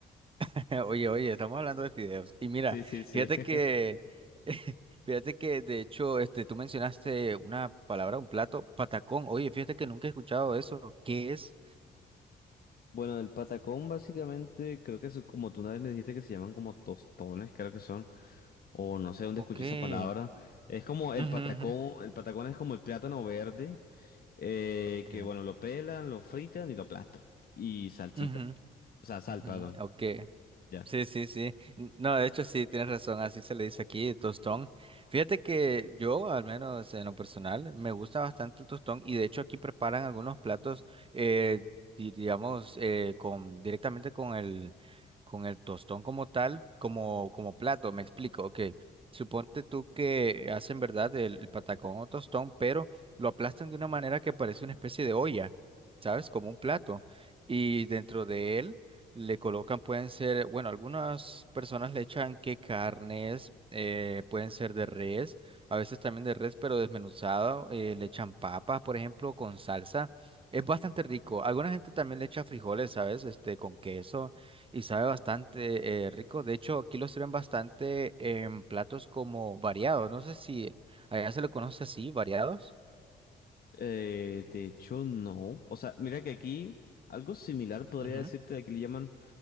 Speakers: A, on the right; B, on the left.
A: <laughs> Oye, oye, estamos hablando de fideos. Y mira,
B: Sí, sí, sí.
A: fíjate
B: <laughs>
A: que, <laughs> fíjate que de hecho, este, tú mencionaste una palabra, un plato, patacón. Oye, fíjate que nunca he escuchado eso. ¿Qué es?
B: Bueno, el patacón básicamente, creo que es como tú una vez me dijiste que se llaman como tostones, creo que son, o no sé dónde
A: ¿O
B: escuché
A: qué?
B: esa palabra. Es como el
A: Ujú,
B: patacón,
A: ujú.
B: el patacón es como el plátano verde, eh,
A: Ok.
B: que bueno, lo pelan, lo fritan y lo aplastan. Y salsita,
A: Ujú,
B: o sea, sal,
A: ujú,
B: perdón.
A: ok.
B: ya
A: Sí, sí, sí. N- No, de hecho sí, tienes razón, así se le dice aquí, tostón. Fíjate que yo, al menos en lo personal, me gusta bastante el tostón y de hecho aquí preparan algunos platos, eh, di- digamos, eh, con, directamente con el, con el tostón como tal, como, como plato, me explico, ok. Suponte tú que hacen, ¿verdad?, el, el patacón o tostón, pero lo aplastan de una manera que parece una especie de olla, ¿sabes? Como un plato. Y dentro de él le colocan, pueden ser, bueno, algunas personas le echan que carnes, eh, pueden ser de res, a veces también de res, pero desmenuzado, eh, le echan papas, por ejemplo, con salsa. Es bastante rico. Alguna gente también le echa frijoles, ¿sabes? Este, con queso y sabe bastante eh, rico. De hecho, aquí lo sirven bastante en platos como variados. No sé si allá se lo conoce así, variados.
B: Eh, de hecho, no. O sea, mira que aquí algo similar podría
A: Ujú,
B: decirte de que le llaman.